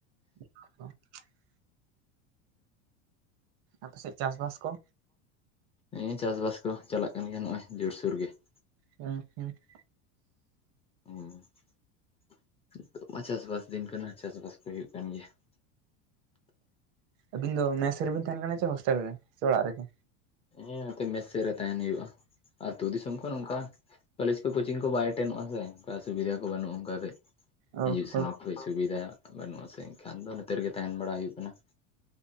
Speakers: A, on the right; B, on the left.
A: <inaudible> ᱟᱯᱮ ᱥᱮᱫ ᱪᱟᱥ ᱵᱟᱥ ᱠᱚ
B: ᱦᱮᱸ ᱪᱟᱥ ᱵᱟᱥ ᱠᱚ ᱪᱟᱞᱟᱜ ᱠᱟᱱ ᱜᱮᱭᱟ ᱱᱚᱜ-ᱚᱭ ᱡᱳᱨᱥᱳᱨ ᱜᱮ ᱾
A: ᱦᱩᱸ ᱦᱩᱸ ᱾
B: ᱦᱮᱸ <inaudible> ᱱᱤᱛᱚᱜ ᱢᱟ ᱪᱟᱥᱵᱟᱥ ᱫᱤᱱ ᱠᱟᱱᱟ ᱪᱟᱥᱵᱟᱥ ᱠᱚ ᱦᱩᱭᱩᱜ ᱠᱟᱱ ᱜᱮᱭᱟ ᱾
A: ᱟᱹᱵᱤᱱ ᱫᱚ ᱢᱮᱥ ᱨᱮᱵᱤᱱ ᱛᱟᱦᱮᱱ ᱠᱟᱱᱟ ᱥᱮ ᱦᱳᱥᱴᱮᱞ ᱨᱮ ᱥᱮ ᱚᱲᱟᱜ ᱨᱮᱜᱮ?
B: ᱦᱮᱸ ᱱᱚᱛᱮ ᱢᱮᱥ ᱥᱮᱫ ᱨᱮ ᱛᱟᱦᱮᱱ ᱦᱩᱭᱩᱜ-ᱟ᱾ ᱟᱛᱩ ᱫᱤᱥᱚᱢ ᱠᱷᱚᱱ ᱚᱱᱠᱟ ᱠᱚᱞᱮᱡᱽ ᱠᱚ ᱠᱳᱪᱤᱝ ᱠᱚ ᱵᱟᱭ ᱮᱴᱮᱱᱚᱜ-ᱟ ᱥᱮ ᱚᱱᱠᱟ ᱥᱩᱵᱤᱫᱷᱟ ᱠᱚ ᱵᱟᱹᱱᱩᱜ-ᱟ ᱚᱱᱠᱟᱛᱮ
A: ᱚ
B: ᱦᱤᱡᱩᱜ
A: ᱦᱚ
B: ᱥᱮᱱᱚᱜ ᱾ ᱠᱟᱹᱡ ᱥᱩᱵᱤᱫᱷᱟ ᱵᱟᱹᱱᱩᱜ ᱟᱥᱮ ᱮᱱᱠᱷᱟᱱ ᱫᱚ ᱱᱚᱛᱮ ᱨᱮᱜᱮ ᱛᱟᱦᱮᱱ ᱵᱟᱲᱟ ᱦᱩᱭᱩᱜ ᱠᱟᱱᱟ ᱾